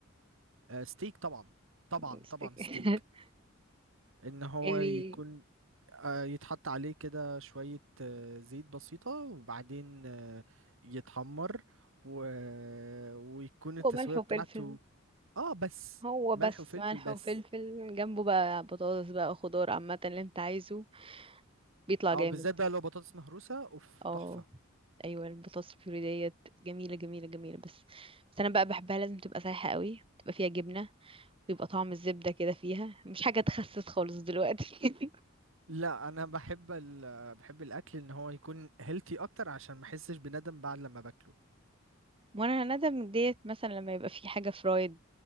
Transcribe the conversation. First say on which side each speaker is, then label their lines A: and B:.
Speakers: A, on the right; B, on the right.
A: آه، ستيك طبعا طبعا
B: <laughs>
A: طبعا ستيك ان هو
B: يعني
A: يكون آه، يتحط عليه كده شويه آه، زيت بسيطه وبعدين آه، يتحمر و... ويكون التسويه
B: هو ملح وفلفل
A: بتاعته اه بس
B: هو
A: ملح
B: بس
A: وفلفل
B: ملح
A: بس
B: وفلفل جنبه بقى بطاطس بقى خضار عامة اللي انت عايزه بيطلع
A: اه
B: جامد
A: بالذات بقى لو بطاطس مهروسه اوف
B: اه
A: تحفه
B: ايوه البطاطس البيوري ديت جميلة جميلة جميلة بس بس انا بقى بحبها لازم تبقى سايحة قوي تبقى فيها جبنة ويبقى طعم الزبدة كده فيها مش حاجة تخسس خالص دلوقتي <laughs>
A: لا انا بحب ال... بحب الاكل ان هو يكون هيلثي اكتر عشان ما احسش بندم بعد لما باكله
B: وانا هندم ديت مثلا لما يبقى في حاجه فرايد